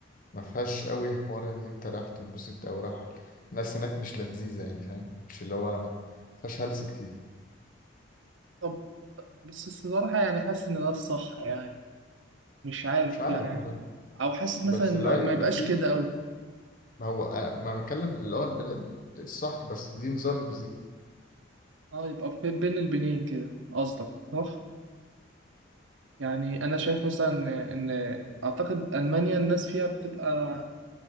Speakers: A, on the left; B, on the right.
A: ما فيهاش قوي حوار ان انت رايح تتبسط او راح الناس هناك مش لذيذه يعني فاهم مش اللي هو ما فيهاش هلس كتير
B: طب بس الصراحة يعني حاسس ان ده الصح يعني مش عارف
A: مش عارف
B: يعني
A: والله
B: او حاسس
A: بس
B: مثلا ما,
A: اللي هو يبقى
B: ما يبقاش
A: في
B: كده او
A: ما هو انا ما بتكلم اللي هو البلاد الصح بس دي نظام
B: اه يبقى في بين البنين كده قصدك صح يعني انا شايف مثلا ان إن اعتقد المانيا الناس فيها بتبقى